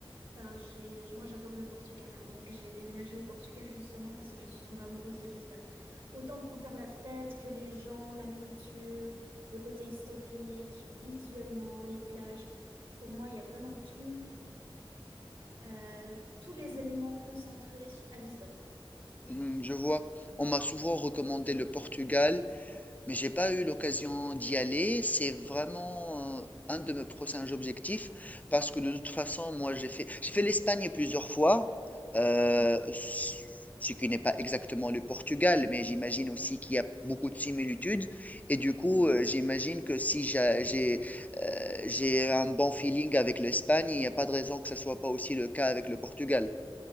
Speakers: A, on the right (about 70°); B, on the left (about 15°).
A: ben, j'ai, moi, j'adore le Portugal, hein. donc j'ai déménagé au Portugal justement parce que je suis tombée amoureuse de Lisbonne. Autant pour faire la fête que les gens, la nourriture, le côté historique, visuellement, les plages. Pour moi, il y a vraiment tout, euh, tous les éléments concentrés à Lisbonne.
B: Hmm, Je vois. On m'a souvent recommandé le Portugal, mais j'ai pas eu l'occasion d'y aller. C'est vraiment euh, un de mes prochains objectifs parce que de toute façon, moi, j'ai fait, j'ai fait l'Espagne plusieurs fois, euh,
A: D'accord.
B: ce qui n'est pas exactement le Portugal, mais j'imagine aussi qu'il y a beaucoup de similitudes. Et du coup,
A: Oui.
B: euh, j'imagine que si j'a- j'ai euh, j'ai un bon feeling avec l'Espagne, il n'y a pas de raison que ce soit pas aussi le cas avec le Portugal,